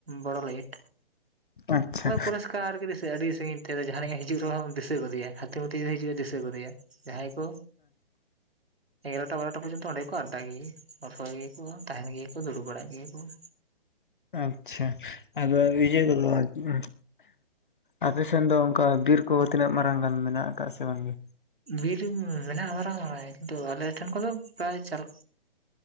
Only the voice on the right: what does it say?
ᱵᱚᱲᱚ ᱞᱟᱹᱭᱼᱤᱴ
ᱦᱚᱭ
ᱯᱩᱨᱩᱥᱠᱟᱨ ᱜᱤᱨᱤᱥ ᱟᱹᱰᱤ ᱥᱟᱹᱜᱤᱧ ᱛᱮ ᱡᱟᱦᱟᱱᱟᱜ ᱦᱤᱡᱩᱜ ᱨᱮᱦᱚᱸ ᱫᱤᱥᱟᱹ ᱜᱚᱫᱮᱭᱟ ᱦᱟᱹᱛᱤ ᱢᱟᱛᱤ ᱦᱤᱡᱩᱜᱼᱟ ᱨᱮᱦᱚ ᱫᱤᱥ ᱜᱚᱫ ᱮᱭᱟ ᱡᱟᱦᱟᱸᱭ ᱠᱚ ᱮᱜᱟᱨᱚᱴᱟ ᱵᱟᱨᱚᱴᱟ ᱯᱚᱨᱡᱚᱱᱛᱚ ᱚᱸᱰᱮ ᱜᱮᱠᱚ ᱟᱰᱰᱟᱭ ᱜᱮᱭᱟᱠᱚ, <unintelligible> ᱛᱟᱦᱮᱱ ᱜᱮᱭᱟᱠᱚ, ᱫᱩᱲᱩᱵ ᱵᱟᱲᱟᱜ ᱜᱮᱭᱟ ᱠᱚ ᱾
ᱵᱤᱨ ᱢᱮᱱᱟᱜᱼᱟ ᱢᱟᱨᱟᱝ ᱢᱟᱨᱟᱝ ᱠᱤᱱᱛᱩ ᱟᱞᱮ ᱴᱷᱮᱱ ᱠᱷᱚᱱᱫᱚ ᱯᱮᱨᱟᱭ ᱪᱟᱞ